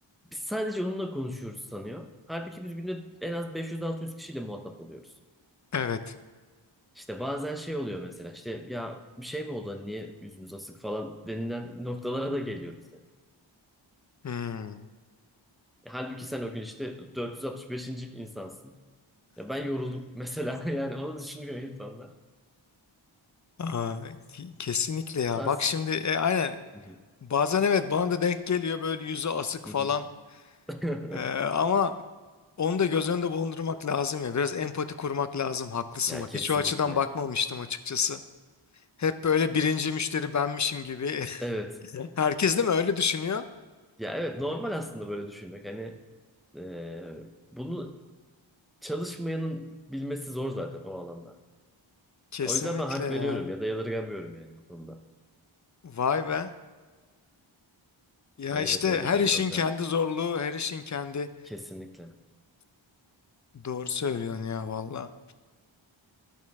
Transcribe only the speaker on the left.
Evet.
Hı.
Aa, ki- kesinlikle
ya.
Bak şimdi e, aynen.
Bazen evet bana da denk geliyor böyle yüzü asık
falan.
E, ama Onu da göz önünde bulundurmak lazım ya. Biraz empati kurmak lazım. Haklısın
bak.
Hiç o açıdan bakmamıştım açıkçası. Hep böyle birinci müşteri benmişim gibi.
<laughs> Herkes değil mi öyle düşünüyor?
Kesinlikle
ya.
Vay be. Ya
işte
her
işin
kendi zorluğu, her işin kendi...
Doğru söylüyorsun ya valla.